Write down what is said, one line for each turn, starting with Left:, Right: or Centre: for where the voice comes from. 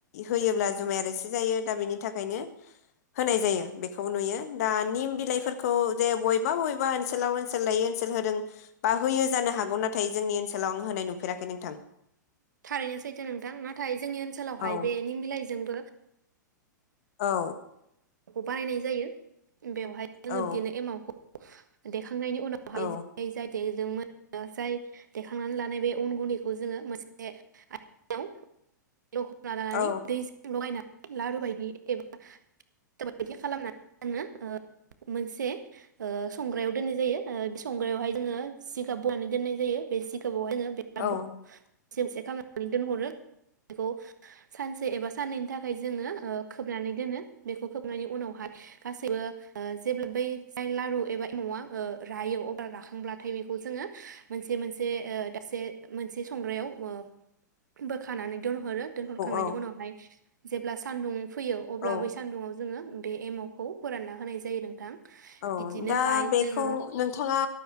Left: होयोब्ला जुमाया रोसि जायो दा बेनि थाखायनो होनाय जायो बेखौ नुयो दा निम बिलाइफोरखौ जे बबेबा बबेबा ओनसोलाव ओनसोल लायै ओनसोल होदों बा होयो जानो हागौ नाथाय जोंनि ओनसोलाव आं होनाय नुफेराखै नोंथां
Right: थारैनो सैथो नोंथां नाथाय जोंनि ओनसोलावहाय
Left: औ
Right: बे निम बिलाइजोंबो
Left: औ
Right: खौ बानायनाय जायो बेवहाय
Left: औ
Right: जोङो बिदिनो एमावखौ देखा खांनायनि उनावहाय
Left: औ
Right: जाय दे जोंमोन ओ जाय देखांनानै लानाय बे उन गुन्दैखौ जोङो मोनसे आ लखबना लानानै
Left: औ
Right: दैजों लगायना लारु बायदि एबा <unintelligible> खालामनानै जोङो ओ मोनसे संग्रायाव दोननाय जायो ओ बे संग्रायावहाय जोङो जिगाब बनानै दोननाय जायो बे जिगाब ।
Left: औ
Right: <unintelligible> सेमसे खालामनानै दोनहरो बेखौ सानसे एबा साननैनि थाखाय जोङो ओ खोबनानै दोनो बेखौ खोबनायनि उनावहाय गासैबो ओ जेब्ला बै जाय लारु एबा एमावा रायो अब्ला राखांब्लाथाय बेखौ जोङो मोनसे मोनसे ओ दाबसे मोनसे संग्रायाववो बो खानानै दोनहरो दोनहरखांनायनि
Left: औ
Right: उनावहाय जेब्ला सान्दुं फैयो अब्ला
Left: औ
Right: बै सान्दुङाव जोङो बे एमावखौ फोरानना होनाय जायो नोंथां
Left: औ
Right: बिदिनोहाय
Left: दा बेखौ
Right: जोङो
Left: नोंथाङा